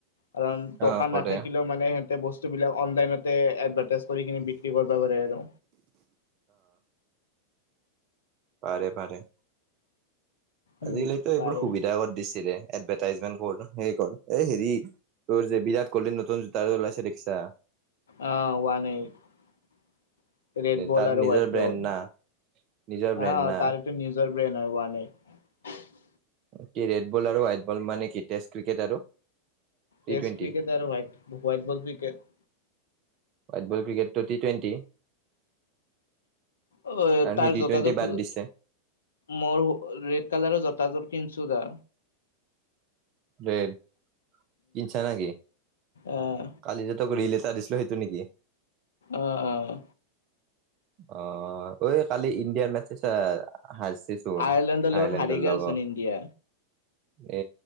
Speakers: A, on the left; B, on the right.
A: কাৰণ, দোকান
B: অ', কৰে
A: নাথাকিলেও মানে সিহঁতে বস্তু বিলাক অনলাইনত এডভেটেজ কৰি কিনে, বিক্ৰী কৰিব পাৰে আৰু।
B: পাৰে-পাৰে।
A: উম
B: আজিকালিতো এইবোৰ
A: পাৰে
B: সুবিধা আগত দিছিলে, এডভাৰটাইজমেণ্ট কৰে ন সেই কাৰণে, এই হেৰি তোৰ যে বিয়াত, কলি নতুন জোতা এযোৰ ওলাইছে দেখিছা?
A: অহ ওৱান এইট। ৰেড বল
B: তাৰ
A: আৰু
B: নিজৰ
A: হোৱাইট
B: ব্ৰেণ্ড
A: বল
B: না নিজৰ ব্ৰেণ্ড
A: হ
B: না
A: তাৰ এটা নিজৰ <unintelligible>
B: কি ৰেড বল আৰু হোৱাইট বল মানে কি? টেষ্ট ক্ৰিকেট আৰু টি
A: টেষ্ট
B: টুৱেণ্টি
A: ক্ৰিকেট আৰু হোৱাট-হোৱাইট বল ক্ৰিকেট
B: ৱাইটবল ক্ৰিকেটটো টি টুৱেণ্টি?
A: অ,
B: কাৰণ
A: তাৰ
B: সি টি
A: জোতাযোৰ
B: টুৱেণ্টি বাদ দিছে
A: মৰ ৰেড কালাৰৰ জোতাযোৰ কিনিছো যা
B: ৰেদ‌ কিনিছা নেকি,
A: আহ
B: কালি যে তই কিনিলি টা দিছিলোঁ সেইটো নেকি?
A: অ-অ
B: অ, ঐ কালি ইণ্ডিয়াৰ মেছে চালা? হাৰিছে চোন,
A: আয়াৰলেণ্ডৰ লগত
B: আইলেণ্ডৰ
A: হাৰি গেলচোন
B: লগত।
A: ইণ্ডিয়া
B: এ,